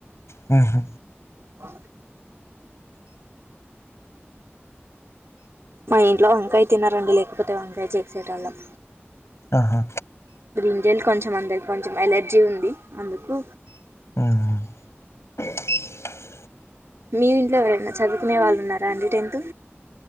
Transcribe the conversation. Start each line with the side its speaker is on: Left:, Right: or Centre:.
Left: హూ మ్
Right: ఆ మా ఇంట్లో వంకాయ తినరండి లేకపోతే వంకాయ చేసే టోళ్ళం
Left: ఆహా
Right: ఇప్పుడు ఇంజెల్ కొంచెం అందరి కొంచెం ఎలర్జీ ఉంది అందుకు
Left: మ్
Right: మీ ఇంట్లో ఎవరన్నా చదువుకునే వాళ్ళు ఉన్నారా అండి టెన్త్